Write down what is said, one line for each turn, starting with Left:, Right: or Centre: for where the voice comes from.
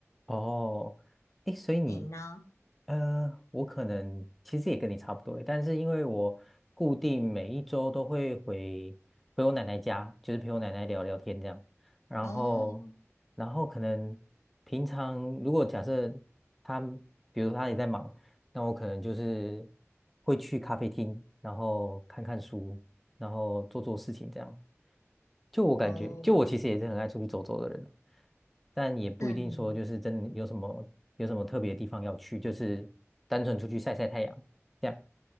Centre: 哦，哎，所以你，
Left: 你呢？
Centre: 呃，我可能其实也跟你差不多，但是因为我固定每一周都会回回我奶奶家，就是陪我奶奶聊聊天这样，然后，
Left: 哦
Centre: 然后可能平常如果假设她，比如说她也在忙，那我可能就是会去咖啡厅，然后看看书，然后做做事情这样。就我感觉，
Left: 哦，
Centre: 就我其实也是很爱出去走走的人啊，但也不一定说就是真的有什么有什么特别的地方要去，
Left: 嗯
Centre: 就是单纯出去晒晒太阳这样。